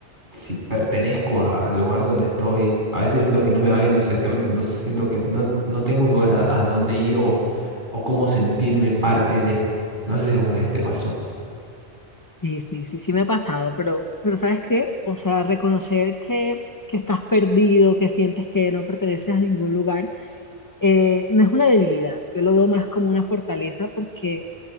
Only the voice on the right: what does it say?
si pertenezco a- al lugar donde estoy. A veces siento que no me va bien en los exámenes, entonces siento que no, no tengo un lugar a, a dónde ir o, o cómo sentirme parte de. No sé si alguna vez te pasó.